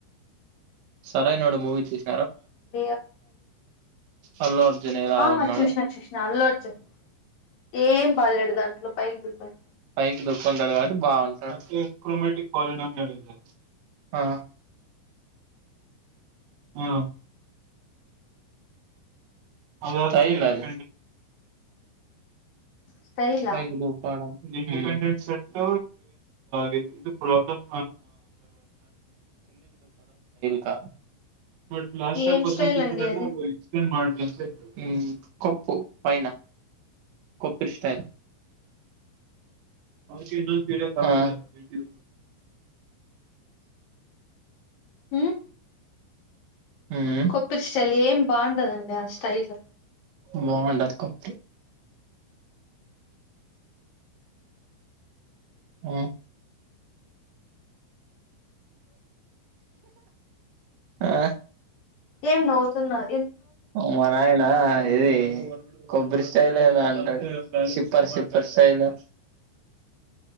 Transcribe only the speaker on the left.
<unintelligible>
అ
వచ్చేస్నా వచ్చేస్నా <unintelligible> ఏం బాలేడు దాంట్లో పైకి దిగిపోయి
స్టైలా
ఏం
స్టైల్
అండి
అది
మ్
కొప్పష్టలి ఏం బావుంటదండి ఆ స్టైల్
ఏం నవుతున్నావ్